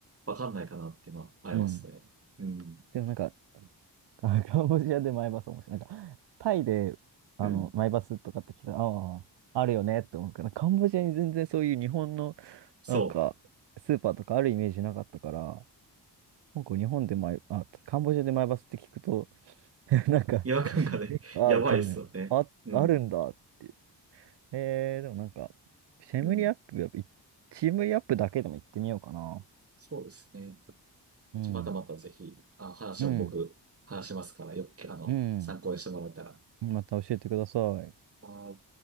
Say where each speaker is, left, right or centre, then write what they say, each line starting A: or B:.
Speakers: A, on the right; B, on the right.
A: わかんないかなっていうのはありますね。
B: うん。
A: うん。
B: でもなんか、あカンボジアでマイバス面白い。なんか、タイで、あの、
A: うん。
B: マイバスとかって聞いたら、ああ、あるよねって思うけど、カンボジアに全然そういう日本の、
A: そう。
B: なんか、スーパーとかあるイメージなかったから、なんか日本でマイ、あ、カンボジアでマイバスって聞くと、<laughs> なんか、
A: 違和感がね、
B: えあ、
A: <laughs> やばいですよね。
B: そんなの、あ、
A: うん。
B: あるんだって。えー、でもなんか、シェムリアップ、
A: うん。
B: やっぱいシェムリアップだけでも行ってみようかな。
A: そうですね。
B: うん。
A: またまたぜひ、あ、話も僕、
B: うん。
A: 話しますから、よく、あの、
B: うん。
A: 参考にしてもらえたら。
B: また教えてください。
A: あー